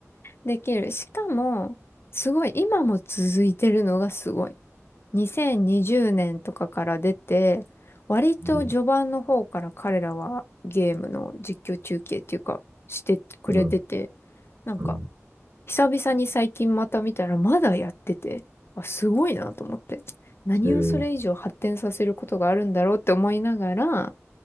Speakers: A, on the left; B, on the right.
A: できる。しかも、すごい、今も続いてるのがすごい。2020年とかから出て、割と序盤の方から彼らはゲームの実況中継っていうか、
B: ん、
A: してくれてて、
B: うん
A: なんか、
B: うん。
A: 久々に最近また見たらまだやってて、あ、すごいなと思って。何をそれ以上発展させることがあるんだろうって思いながら、
B: えー、